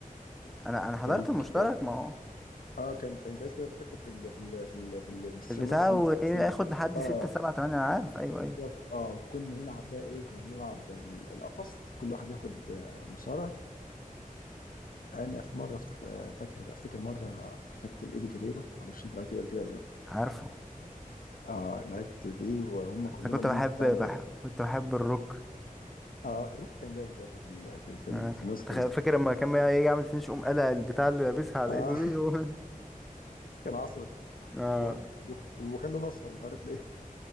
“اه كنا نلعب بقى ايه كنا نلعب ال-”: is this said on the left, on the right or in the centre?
Left